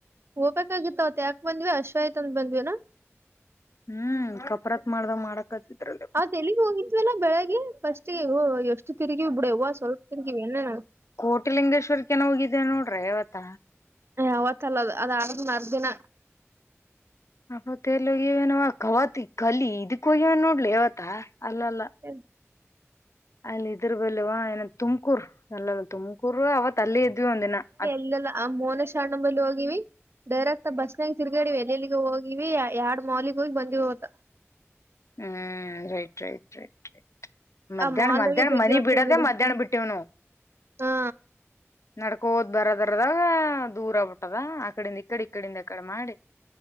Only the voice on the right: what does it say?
ಹೋಗ್ಬೇಕಾಗಿತ್ತು ಅವತ ಯಾಕ ಬಂದ್ವಿ ಹಸುಆಯ್ತ್ಅಂತ ಬಂದ್ವಿನಾ
ಅವತ್ತ ಎಲ್ಲಿಗೆ ಹೋಗಿದ್ವಲ್ಲ ಬೆಳಗ್ಗೆ ಫಸ್ಟ್ ಎಷ್ಟು ತಿರುಗಿವಿ ಬಿಡ್ ಯಾವ್ವ ಸ್ವಲ್ಪ ತಿರ್ಗಿವಿ ಎನ್ನ.
ಅವತ್ತಲ್ಲ ಅದು ಆದ್ ಮರ್ ದಿನ
ಹ್ಮ
ಇನೊಂದು ಅ ಮೊನೇಶ್ ಸಣ್ಣ ಮಲಿ ಹೋಗಿವಿ ಡೈರೆಕ್ಟ್ ಬಸ್ನಾಗ ತಿರ್ಗೇಡಿವಿ ಎಲೆ ಎಲ್ಲಿ ಹೋಗಿವಿ ಎರಡ್ ಮಾಲಗ್ ಹೋಗಿ ಬಂದಿವತ್ತ
ಆ ಮಾಲ್ದಾಗೆ
ಜಗ್ಗಿ
ಹೊತ್
ತಿರ್ಗಾಡಿವಿ
ಹಾ